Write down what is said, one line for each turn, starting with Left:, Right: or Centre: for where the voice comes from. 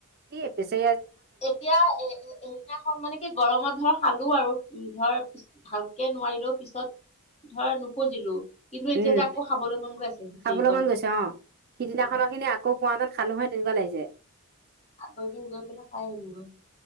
Right: কি বেছে
Left: এতিয়া, এ সেইদিনাখন মানে কি, গৰমত ধৰ খালো আৰু। উ, ধৰ ভালকে নোৱাৰিলেও পিছত ধৰ নুখুজিলো। কিন্তু এতিয়া
Right: উম
Left: যে আকৌ খাবলৈ মন গৈ আছে খিচিৰিকণ।
Right: খাবলৈ মন গৈছে অ সিদিনাখনৰ
Left: উম
Right: খিনি আকৌ পোৱাহেতেন খালো হয় তেনেকুৱা লাগিছে
Left: আকৌ এদিন গৈ পেলাই খাই আহিম গৈ।